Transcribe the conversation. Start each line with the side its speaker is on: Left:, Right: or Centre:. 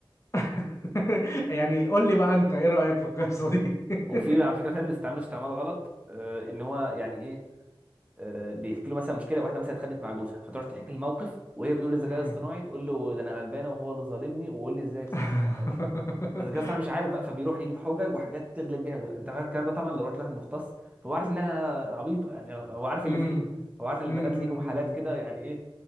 Left: <laughs> يعني قول لي بقى انت ايه رأيك في القصة دي <laughs>
Right: وفي على فكره في ناس بيستعملوا استعمال غلط آه، ان هو يعني ايه آه، بيحكي له مثلا مشكله واحده مثلا اتخانقت مع جوزها فتروح تحكي الموقف وهي بتقول للذكاء
Left: مم.
Right: الاصطناعي تقول له ده انا غلبانه وهو اللي ظالمني وقول لي ازاي اكسبه
Left: <laughs>
Right: في النقاش فالذكاء الاصطناعي مش عارف بقى فبيروح يجيب حجج وحاجات تغلب بيها جوزها انت فاهم الكلام ده طبعا لو رحت لواحد مختص فهو عارف انها عبيطه يعني هو عارف
Left: مم.
Right: اللي فيها هو عارف ان
Left: مم.
Right: البنات
Left: مم.
Right: ليهم حالات كده يعني ايه